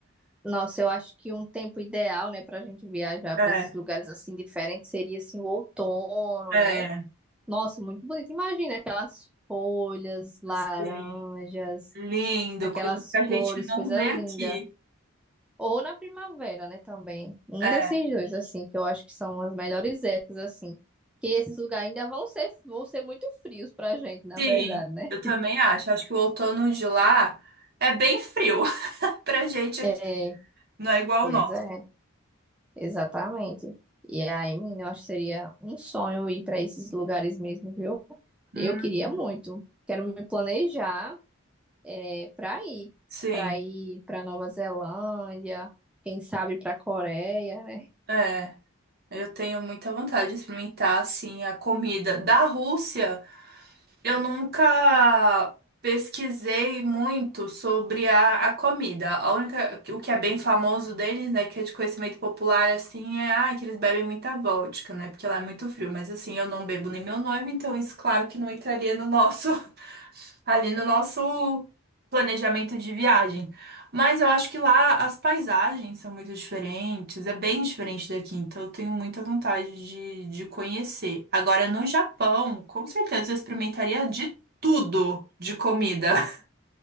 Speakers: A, in the centre; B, on the right (about 45°).
A: Nossa, eu acho que um tempo ideal, né, pra gente viajar
B: É,
A: pra esses lugares assim diferentes seria assim o outono,
B: é,
A: né? Nossa, muito bonito. Imagina aquelas folhas laranjas,
B: sim. Lindo,
A: aquelas
B: coisa que a gente
A: flores,
B: não
A: coisa
B: vê
A: linda.
B: aqui.
A: Ou na primavera, né, também. Um
B: É,
A: desses dois, assim, que eu acho que são as melhores épocas, assim. Que esses lugares ainda vão ser, vão ser muito frios pra gente, na
B: sim,
A: verdade, né?
B: eu também acho. Acho que o outono de lá é bem frio <laughs> pra gente aqui.
A: É,
B: Não é igual
A: pois
B: o nosso.
A: é, exatamente. E aí, menina, eu acho que seria um sonho ir para esses lugares mesmo, viu?
B: Hum,
A: Eu queria muito. Quero me planejar é, para ir,
B: sim,
A: para ir para Nova Zelândia, quem sabe para Coreia, né?
B: é. Eu tenho muita vontade de experimentar, assim, a comida da Rússia. Eu nunca pesquisei muito sobre a, a comida. A única, o que é bem famoso deles, né, que é de conhecimento popular, assim, é, ah, que eles bebem muita vodka, né, porque lá é muito frio. Mas, assim, eu não bebo nem meu noivo, então isso, claro que não entraria no nosso ali no nosso planejamento de viagem. Mas eu acho que lá as paisagens são muito diferentes, é bem diferente daqui, então eu tenho muita vontade de, de conhecer. Agora, no Japão, com certeza eu experimentaria de tudo de comida. <laughs>